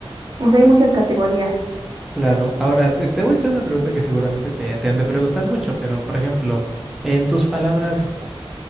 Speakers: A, on the right; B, in the centre.
A: O sea, hay muchas categorías.
B: Claro. Ahora, te te voy a hacer una pregunta que seguramente te, te han de preguntar mucho, pero por ejemplo, en tus palabras,